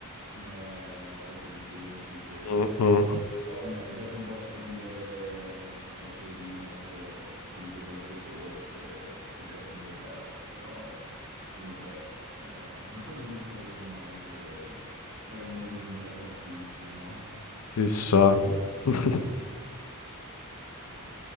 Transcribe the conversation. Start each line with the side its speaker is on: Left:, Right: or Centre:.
Right: non è poi così semplice.
Left: Mm, mm.
Right: Però vabbè, mi piace un po' scrivere qualcosina, ho fatto... ho seguito qualche corso e così a tempo perso, però non lo so, Eh, <laughs> non sapremo mai se saremmo diventati artisti o no. <laughs>
Left: Chissà. <laughs>
Right: Mm, vabbè.